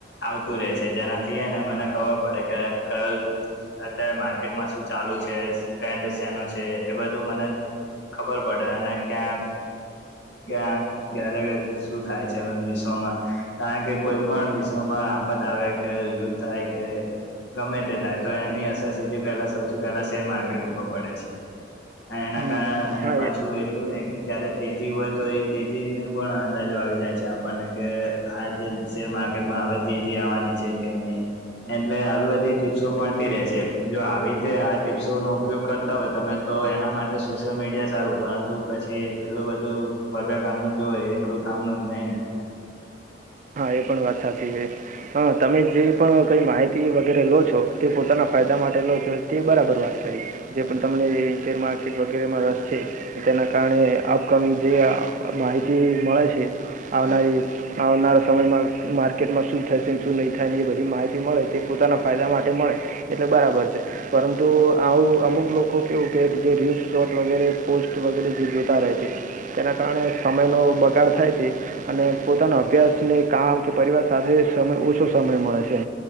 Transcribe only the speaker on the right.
હમ
હા
એ
હા, એ પણ વાત સાચી હે. હ તમે જે પણ કંઈ માહિતી વગેરે લો છો, તે પોતાના ફાયદા માટે લો છો, તે બરાબર વાત કરી. જે પણ તમને શેર માર્કેટ વગેરેમાં રસ છે. તેના કારણે આપકમિંગ જે આ માહિતી મળે છે, આવનારી, આવનાર સમયમાં માર્કેટમાં શું થશે, શું નહીં થાયને, એ બધી માહિતી મળે. તે પોતાના ફાયદા માટે મળે, એટલે બરાબર છે, પરંતુ આવું અમુક લોકો કેવું કે જે રીલ, શોટ વગેરે પોસ્ટ વગેરે જે જોતા રહે છે, તેના કારણે સમયનો બગાડ થાય છે અને પોતાનો અભ્યાસ અને કામ કે પરિવાર સાથે સમય ઓછો સમય મળે છે.